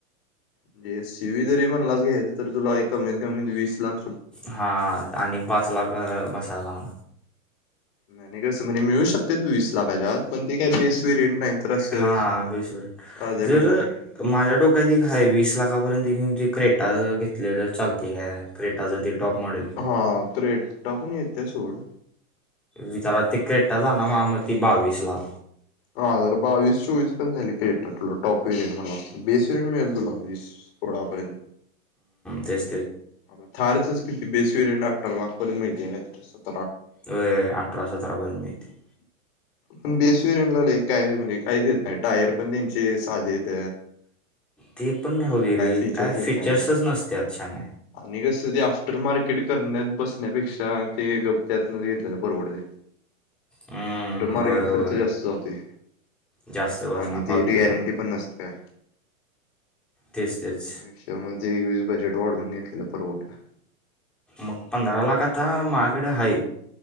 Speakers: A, on the left; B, in the centre.
A: म्हे सी वही जरी म्हणलाच घ्यायच तर तुला एक कमीत कमी वीस लाख
B: हा आणि पाच लाख बसायलाह
A: नाहीने कसं म्हणजे मिळू शकते वीस लाखाच्यात पण ते काही बेस्ट वेरेंट नाही तर असं
B: हा बेसर
A: साध्या
B: जर
A: मिळणार आहे
B: माझ्या डोक्यात एक हय वीस लाख आकापर्यंत घेऊन जे क्रेटा घेतले ज तर चालते का क्रेटा जर ते टॉप मॉडेल
A: हा क्रेट्टा पण येते सोड
B: विचार ते क्रेटा जा ना म म त बावीस ला
A: ह बावीस चवीस टॉप वरीय मला बेसर मेळ तुलास पोडप
B: तेस
A: आता थारच किती बेसवेरे अठरा लाखपर्यंत मिहि
B: अ अठरा सतरापर्यंत मिळते
A: पण बेसवी रिन लाला काय म्हणजे काहीच देत नाही टायर पण त्यांची चाली येत
B: ते पण राहू दे रे
A: फीचर्स
B: काय
A: येत
B: फीचर्सच
A: नाही
B: नसते आज छान
A: आणि कस ते आफ्टर मार्केट करण्यात बसण्यापेक्षा ते ग त्यातन घेतलेलं परवडते
B: हम्म
A: आणि आफ्टर मार्केट
B: बरोबर
A: खर्च जास्त जाते
B: जास्त बसना
A: आणि
B: फालतूचा
A: तेथ गॅरंटी पण नसते का
B: तेच तेच
A: त्यापेक्षा मगज एकवीस बजेट वाढून घेतलेलं परवटला
B: मग पंधराला कता माकडे हाई